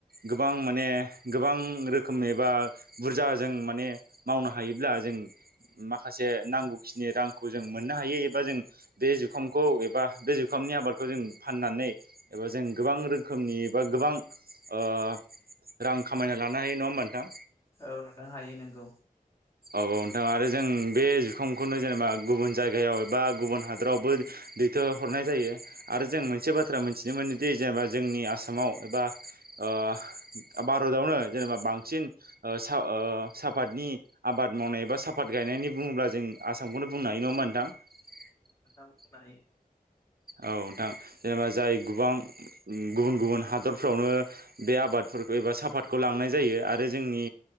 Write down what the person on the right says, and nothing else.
गोबां माने गोबां रोखोमनिबा बुरजा जा जों माने मावनो हायोब्ला जों माखासे नांगौखिनि रांखौ जों मोन नो हायो एबा जों जुखामखौ बे जुखामनि आबादखौ जों फाननानैबा जों गोबां रोखोमनि बा गोबां ओ रां खामायना लानो हायो नङा होमबा नोंथां
औ औ नोंथां आरो जों बे जुखामखौनो जेनेबा गुबुन जायगायाव एबा गुबुन हादरावबो दैथ'हरनाय जायो आरो जों मोनसे बाथ्रा मिथिनो मोनोदि जेनेबा जोंनि आसामाव एबा ओ भारतावनो जेनेबा बांसिन सा सापातनि आबाद मावनाय एबा साफात गायनायनि बुङोब्ला जों आसामखौनो बुंनो हायो नङा होनबा नोंथां
औ नोंथां जेनेबा जाय गोबां गुबुन गुबुन हादरफ्रावनो बे आबाद फोर एबा सापातखौ लांनाय जायो आरो जोंनि